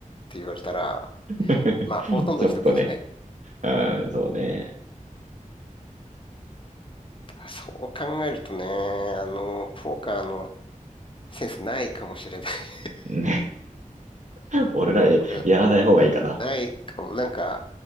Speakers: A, on the left; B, on the right.
A: て言われたら、
B: <laughs>
A: まあ、ほとんどの人できない。
B: ちょっとね。うん、そうね。
A: そう考えるとね、あの、ポーカーのセンスないかもしれない <laughs>
B: うん <laughs> 俺らや、
A: 俺は
B: やらない方がいいかな。
A: ないかも。なんか、